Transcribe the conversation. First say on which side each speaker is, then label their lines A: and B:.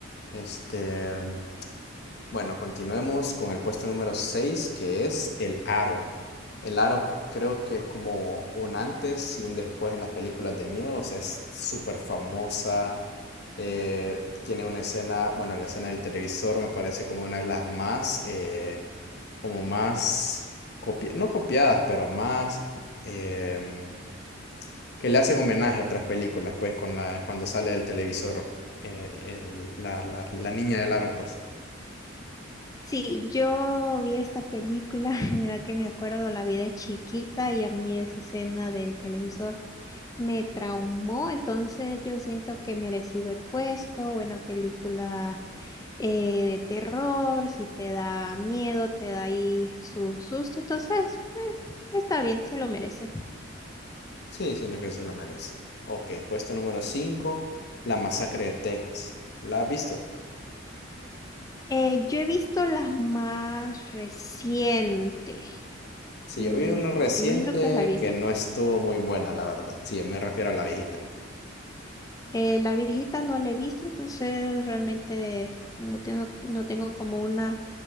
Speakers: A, on the left; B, on the left.
A: Este, Bueno, continuemos con el puesto número 6 que es el aro. El aro creo que es como un antes y un después en las películas de miedo, o sea, es súper famosa. eh, tiene una escena, bueno, la escena del televisor me parece como una de las más, eh, como más, copi no copiadas, pero más, em, que le hacen homenaje a otras películas, pues, con la, cuando sale del televisor, eh, el- la, la la niña del aro, pues.
B: Sí, yo vi esta película, <laughs> mira que me acuerdo, la vi de chiquita y a mí esa escena del televisor. me traumó, entonces yo siento que he merecido el puesto, buena película eh, de terror, si te da miedo, te da ahí su susto, entonces eh, está bien, se lo merece.
A: Sí, siento que se la merece. Ok, puesto número 5, La Masacre de Texas. ¿La has visto?
B: Eh, yo he visto las más recientes,
A: Sí,
B: Mm,
A: yo vi una reciente
B: imagino que es la viejita.
A: que no estuvo muy buena, la verdad. Sí, yo me refiero a la viejita.
B: Eh, la viejita no la he visto, entonces realmente no tengo, no tengo como una